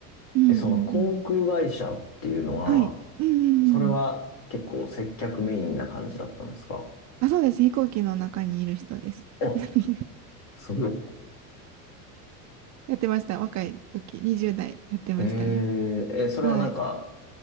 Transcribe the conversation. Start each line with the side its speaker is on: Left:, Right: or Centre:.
Right: うんうんうん。
Left: え、その航空会社っていうのは、
Right: はい。うんうんうん。
Left: それは結構接客メインな感じだったんですか
Right: あ、そうです。飛行機の中にいる人です。
Left: あ、
Right: <laughs>
Left: すご
Right: やってました。若い時、20代やってましたね。
Left: いええ、え、それはなんか、
Right: はい。